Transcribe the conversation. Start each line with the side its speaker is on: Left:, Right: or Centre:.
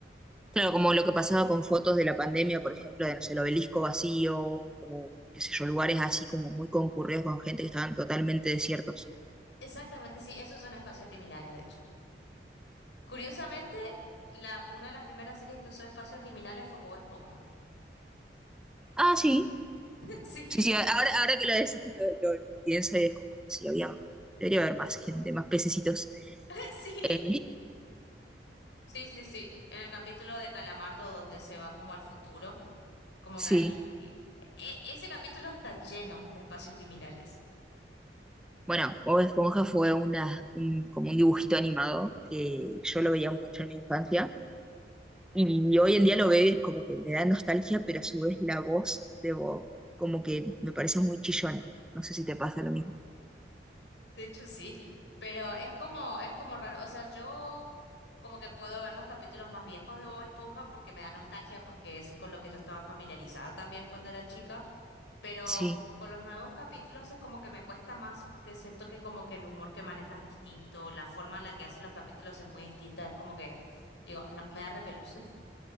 Centre: Claro, como lo que pasaba con fotos de la pandemia, por ejemplo, de, no sé, el obelisco vacío o qué sé yo, lugares así como muy concurridos con gente que estaban totalmente desiertos.
Left: Exactamente, sí, esos son espacios liminales, de hecho. Curiosamente, la, una de las primeras series que usó espacios liminales fue Bob Esponja. <laughs>
Centre: Ah, sí,
Left: Sí,
Centre: sí, sí, ahora, ahora que lo decís, lo, lo- lo pienso y es como, sí, había, debería haber más gente, más pececitos.
Left: <laughs> sí,
Centre: Eh,
Left: sí, sí, sí. En el capítulo de Calamardo donde se va como al futuro, como
Centre: sí,
Left: que ahí... e- ese capítulo está lleno de espacios liminales.
Centre: bueno, Bob Esponja fue una, un- como un dibujito animado que yo lo veía mucho en mi infancia. Y hoy en día lo ves como que me da nostalgia, pero a su vez la voz de Bob como que me parece muy chillona. No sé si te pasa lo mismo.
Left: De hecho, sí, pero es como, es como raro. O sea, yo como que puedo ver los capítulos más viejos de Bob Esponja porque me da nostalgia, porque es con lo que yo estaba familiarizada también cuando era chica. pero
Centre: Sí.
Left: con los nuevos capítulos es como que me cuesta más porque siento que como que el humor que manejas es distinto, la forma en la que hacen los capítulos es muy distinta, es como que, digo, no, me da repelús. <laughs>